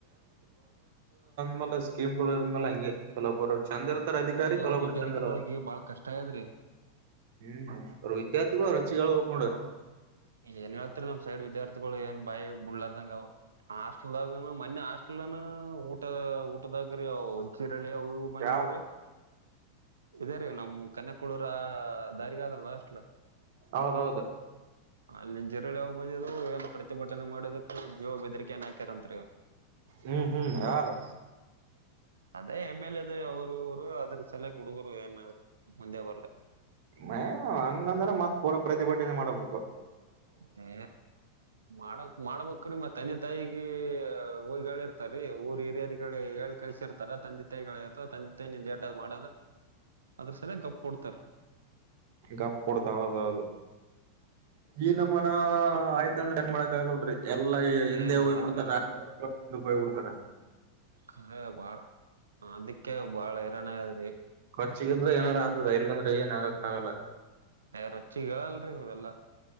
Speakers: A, on the right; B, on the right.
A: ಆಮೇಲೆ ಸ್ಕೀಮ್ಗುಳು ಅಂಗೇ ಕೆಲವಬರು ಚಂದ್ ಇರ್ತಾರ ಅಧಿಕಾರಿ
B: ಎಲ್ಲಾ
A: ಕೆಲೊಬ್ರು
B: ವಿದ್ಯಾರ್ಥಿಗಳಿಗೆ
A: ಚಂದ್ ಇರಲ್ಲ.
B: ಬಾಳ ಕಷ್ಟ ಆಗ್ಯದ್ರಿ
A: ಹ್ಮ್ ವಿದ್ಯಾರ್ಥಿಗಳು ರೊಚ್ಚಿಗ್ ಏಳ್ಬಕ್ ನೋಡು.
B: ಏನ್ ಹೇಳ್ತರಿ ನಮ್ ಸೈಡ್ ವಿದ್ಯಾರ್ಥಿಗಳು ಏನ್ ಬಾಯ್ ಬಿಡ್ಲಾರದಂಗ್ ಆವ. ಹೊಸ್ಟ್ಲಾಗುನು ಮೊನ್ನೆ ಹೊಸ್ಟ್ಲನು ಊಟ ಊಟದಾಗರಿ ಒಂಟ್ ಬಂದಿದ್ರಿ
A: ಯಾವ
B: ಇದೇ ರೀ ನಮ್ ಕನಕ್. ಕುಳುರ ದಾರಿಗೆ ಅದರ್ ಲಾಸ್ಟ.
A: ಹೌದೌದು.
B: ಅಲ್ಲಿ <unintelligible> ಯಾವ್ ಬಂದವು ಏನ್ ಪ್ರತಿಭಟನೆ ಮಾಡೋದಕ್ಕೆ ಜೀವ ಬೆದರಿಕೇ ಏನಾ ಹಾಕ್ಯಾರಂತ.
A: ಹ್ಮ್ ಹ್ಮ್.
B: ಅದೇ ಎಮ್ ಎಲ್ ಎ ಅದು ಅವರು ಇವ್ರು ಅದ್ರ ಸಾಲಾಗಿ ಹುಡುಗರು ಏನ್ ಮುಂದೆ ಬರ್ಲ.
A: ಮ ಹಂಗಂದ್ರ ಮತ್ತ್ ಪೂರ ಪ್ರತಿಭಟನೆ ಮಾಡ್ಬಾಕು.
B: ಹೇ ಮಾಡ್ ಮಾಡ್ಬಾಕ್ರಿ ಮತ್ ತಂದೆ ತಾಯಿಗೇ ಹೋಗಿ ಹೇಳಿರ್ತಾರೀ ಊರ್ ಹಿರಿಯಾರಿಗ್ ಹೇಳಿ ಕಳ್ಸಿರ್. ತರ ತಂದಿ ತಾಯಿಗ್ ಹೇಳಿರ್ತಾರ ಅವ್ರ್ ತಂದ್ <unintelligible> ಮಾಡ ಅದ್ರು ಸಾಳ್ವಗ್ ಗಪ್ ಕೂಡ್ತಾರ.
A: ಗಪ್ ಕೊಡ್ತಾವವು. ಈನಮ್ಮನ ಆಯ್ತ ಅಂದ್ರ ಏನ್ ಮಾಡಾಕ್ ಆಗಲ್ರಿ ಎಲ್ಲಾ
B: ಏ
A: ಹಿಂದೆ ಹೋಗ್ಬಿಡ್ತಾರಾ.
B: ಮಾಡಕ್
A: ಹಿಂದುಕೋಬುಡ್ತಾರಾ.
B: ಖರ ಬಾಳ್ ಅದಿಕ್ಕೆ ಬಾಳ್ <unintelligible> ದ್ರಿ.
A: ರೊಚ್ಚಿಗೆದ್ರೆ ಏನಾರ ಆಗ್ತದ ಇಲಂದ್ರೆ ಏನ್ ಆಗಕ್ಕಾಗಲ್ಲ.
B: ಏ ರೊಚ್ಚಿಗೆ ಹೇಳಲ್ರಿ ಇವ್ರೆಲ್ಲ.